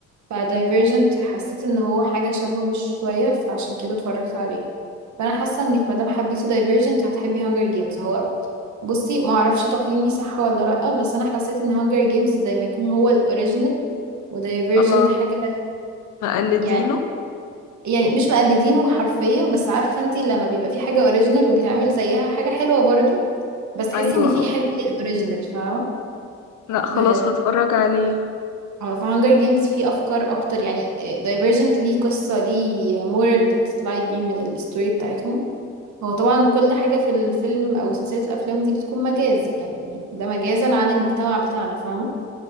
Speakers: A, on the right; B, on the left.
A: فدايفرجنت حسيت ان هو حاجة شبهه شوية فعشان كده اتفرجت عليه فانا حاسة انك مادام حبيتي دايفرجنت هتحبي هانجر جيمز هو بصي ما اعرفش تقييمي صح ولا لا بس انا حسيت ان هانجر جيمز زي ما يكون هو الاوريجينال ودايفرجنت
B: اه
A: حاجة
B: مقلدينه
A: يعني يعني مش مقلدينه حرفيا بس عارفة انتي لما بيبقى في حاجة اوريجينال وبيتعمل زيها حاجة حلوة برضو بس تحسي
B: ايوه
A: ان في
B: اه
A: حاجه كده اوريجينال فاهمه
B: لا خلاص
A: ف
B: هتفرج عليه
A: اه في هانجر جيمز في افكار اكتر يعني دايفرجنت ليه قصه ليه مورال بتطلعي بيه من الستوري بتاعتهم هو طبعا كل حاجه في الفيلم او سلسله الافلام دي بتكون مجاز يعني ده مجازا عن المجتمع بتاعنا فاهمه